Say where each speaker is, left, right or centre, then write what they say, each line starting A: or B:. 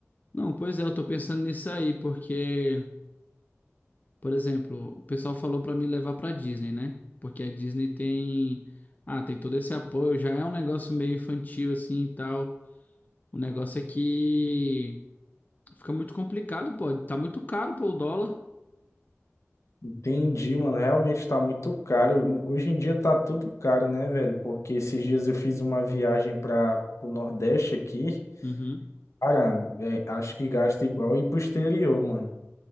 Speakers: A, on the left (about 35°); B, on the left (about 75°).
A: Não, pois é, eu tô pensando nisso aí, porque, por exemplo, o pessoal falou pra me levar pra Disney, né? Porque a Disney tem, ah, tem todo esse apoio, já é um negócio meio infantil assim e tal. O negócio é que fica muito complicado, pô. Tá muito caro, pô, o dólar.
B: Entendi, mano. Realmente tá muito caro. Hoje em dia tá tudo caro, né, velho? Porque esses dias eu fiz uma viagem para pro Nordeste aqui.
A: Uhum.
B: Cara, é, acho que gasta igual ir pro exterior, mano.